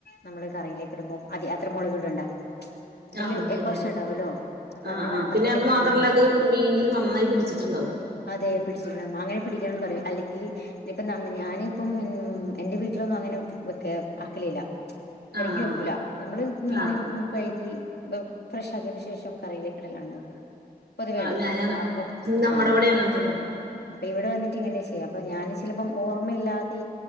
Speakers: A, on the left (about 80°); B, on the right (about 80°).
A: നമ്മള് കറയിലേക്ക് ഇടുമ്പോ അതി അത്ര മൊളക് ഇടണ്ട ഇതില്
B: ആഹ് ആഹ് ശരിയാ
A: എ കൊറച്ച് ഉണ്ടാവൊല്ലോ അപ്പൊ
B: ആഹ്
A: അതിന്
B: ആഹ്
A: കണക്കാക്കിട്ട്
B: അത്
A: പിന്നെ
B: മാത്രല്ല
A: വെക്കോളു
B: അത് മീനില് നന്നായി പിടിച്ചിട്ടുണ്ടാവും
A: അതെ പിടിച്ചില്ല മ്മുഅങ്ങനെ പിടിക്കണംന്ന് പറയും അല്ലെങ്കി ഇനിയിപ്പ ഞാന ഇപ്പം ഉം എൻറെ വീട്ടിലൊന്നും അങ്ങനെ വെക്ക ആക്കലില്ല വെരക്കി
B: ആഹ് ആഹ്
A: വെക്കൂല നമ്മള് മീന്
B: ആഹ്
A: കഴുകി ഫ്രഷാക്കിയനു ശേഷം കറിയിലേക്ക് ഇടലാണ് പൊതുവേട
B: ആഹ് ഞാനങ്ങ്
A: അപ്പം
B: നമ്മടെ
A: ആഹ്
B: അവിടെ അങ്ങനെ തന്നെ
A: അപ്പൊ ഇവിടെ വന്നിട്ട് ഇങ്ങനെ ചെയ്യാം അപ്പൊ ഞാൻ ചിലപ്പോം ഓർമ്മയില്ലാതെ